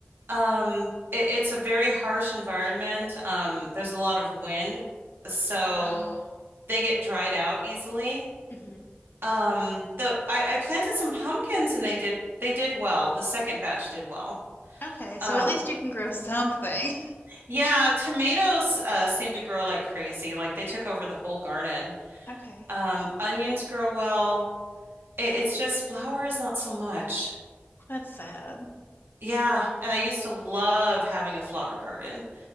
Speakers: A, on the right (about 60°); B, on the left (about 55°).
A: Um, it, it's a very harsh environment. Um, there's a lot of wind, so
B: <gasps> Oh.
A: they get dried out easily.
B: hmm
A: Um, the I, I planted some pumpkins and they did they did well. The second batch did well.
B: Okay. So
A: Um,
B: at least you can grow something.
A: yeah, tomatoes uh seem to grow like crazy. Like they took over the whole garden.
B: <laughs> Okay.
A: Um, onions grow well. It, it's just flowers not so much.
B: That's sad.
A: Yeah, and I used to love having a flower garden.